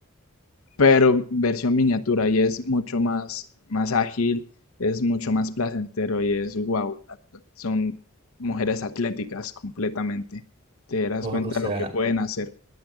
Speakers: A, on the left (about 80°); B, on the right (about 45°).
A: pero versión miniatura y es mucho más, más ágil, es mucho más placentero y es wow, son mujeres atléticas completamente. Te darás
B: o,
A: cuenta
B: o sea,
A: lo que pueden hacer.